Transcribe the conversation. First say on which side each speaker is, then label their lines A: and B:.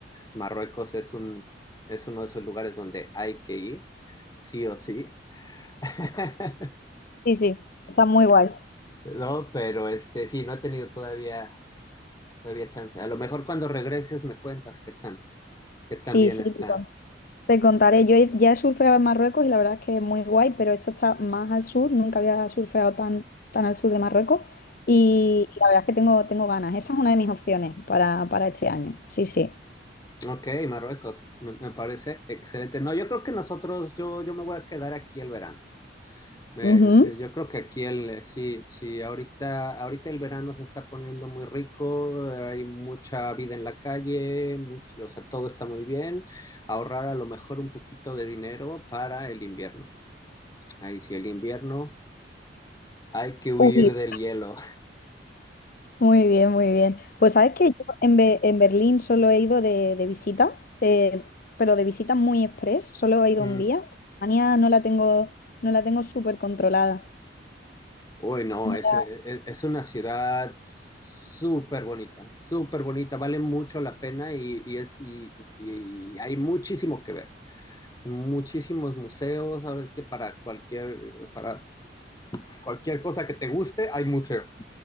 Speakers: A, on the left; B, on the left.
A: Marruecos es un, es uno de esos lugares donde hay que ir, sí o sí. <laughs>
B: Sí, sí, está muy guay.
A: No, pero este, sí, no he tenido todavía, todavía chance. A lo mejor cuando regreses me cuentas qué tan, qué tan
B: Sí,
A: bien
B: sí,
A: está.
B: te, con- te contaré. Yo he- ya he surfeado en Marruecos y la verdad es que es muy guay, pero esto está más al sur, nunca había surfeado tan, tan al sur de Marruecos y, la verdad es que tengo, tengo ganas. Esa es una de mis opciones para, para este año. Sí, sí.
A: Ok, Marruecos, me, me parece excelente. No, yo creo que nosotros, yo, yo me voy a quedar aquí el verano. Me-
B: Ujú.
A: eh, yo creo que aquí el, eh, sí, sí, ahorita, ahorita el verano se está poniendo muy rico, hay mucha vida en la calle, mu- o sea, todo está muy bien. Ahorrar a lo mejor un poquito de dinero para el invierno. Ahí sí, el invierno hay que huir
B: Uy.
A: del hielo.
B: Muy bien, muy bien. Pues sabes que yo en, Be- en Berlín solo he ido de, de visita, eh, pero de visita muy express, solo he ido
A: <laughs>
B: un día. Alemania no la tengo, no la tengo súper controlada.
A: Uy, no,
B: No
A: es,
B: la-
A: es, es una ciudad súper bonita, súper bonita, vale mucho la pena y, y es, y, y- y hay muchísimo que ver. Muchísimos museos, ahora es que para cualquier, para cualquier cosa que te guste, hay museo,